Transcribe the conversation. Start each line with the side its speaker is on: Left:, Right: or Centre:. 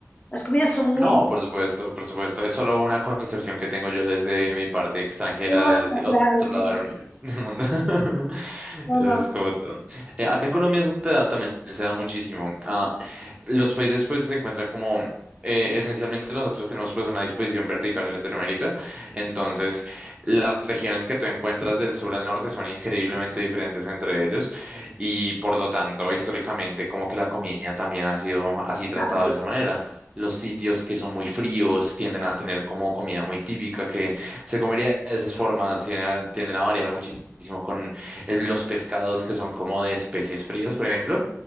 Left: las comidas son muy
Right: No,
Left: distintas.
Right: por supuesto, por supuesto. Es solo una concepción que tengo yo desde mi parte extranjera,
Left: No, no, está
Right: desde el
Left: claro,
Right: otro
Left: sí,
Right: lado
Left: sí.
Right: del universo, del mundo. <laughs>
Left: No,
Right: Eso
Left: no.
Right: es como todo. Eh, acá en Colombia eso te da- también se da muchísimo. Ah, los países pues se encuentran como... eh, esencialmente nosotros tenemos pues una disposición vertical en Latinoamérica, entonces las regiones que tú encuentras del sur al norte son increíblemente diferentes entre ellos y por lo tanto históricamente como que la comida también ha sido así tratada
Left: Claro,
Right: de esa manera. Los sitios que son muy fríos tienden a tener como comida muy típica que se comería de esas formas, tienden a, tienden a variar muchísimo con el- los pescados que son como de especies frías, por ejemplo,